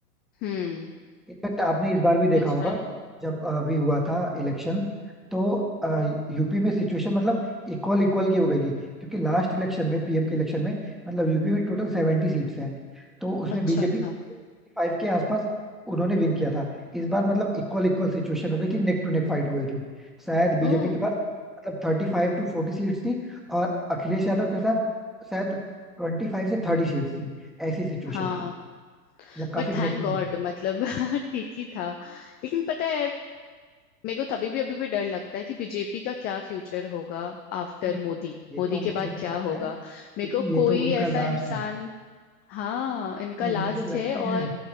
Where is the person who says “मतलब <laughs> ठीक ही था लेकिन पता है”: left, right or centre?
Left